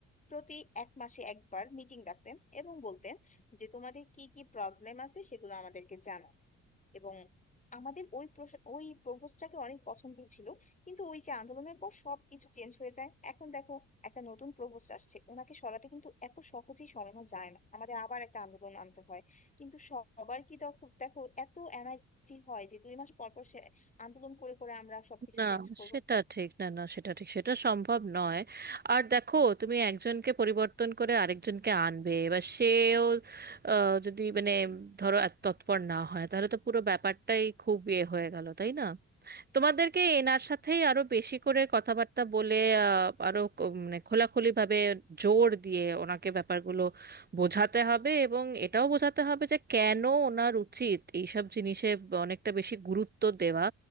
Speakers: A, on the left; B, on the right.
A: প্রতি এক মাসে একবার মিটিং ডাকতেন এবং বলতেন যে তোমাদের কি কি প্রবলেম আছে সেগুলো আমাদেরকে জানাও এবং আমাদের ওই প্রস- ওই প্রপোজটাকে অনেক পছন্দ ছিল কিন্তু ওই যে আন্দোলনের পর সবকিছু চেঞ্জ হয়ে যায় এখন দেখো একটা নতুন প্রপোজ আসছে ওনাকে সরাতে কিন্তু এত সহজেই সরানো যায় না আমাদের আবার একটা আন্দোলন আনতে হয় কিন্তু সবার কি দেখো দেখো এত এনার্জি হয় যে দুই মাস পর পর সে আন্দোলন করে করে আমরা সবকিছু
B: না
A: চেঞ্জ করব
B: সেটা ঠিক না না সেটা ঠিক সেটা সম্ভব নয় আর দেখো তুমি একজনকে পরিবর্তন করে আরেকজনকে আনবে এবার সেও আহ, যদি মানে ধরো এত তৎপর না হয় তাহলে তো পুরো ব্যাপারটাই খুব ইয়ে হয়ে গেল তাই না তোমাদেরকে এনার সাথেই আরো বেশি করে কথাবার্তা বলে আহ, আরো ক- মানে খোলাখুলি ভাবে জোর দিয়ে ওনাকে ব্যাপারগুলো বোঝাতে হবে এবং এটাও বোঝাতে হবে যে কেন ওনার উচিত এইসব জিনিসে অনেকটা বেশি গুরুত্ব দেওয়া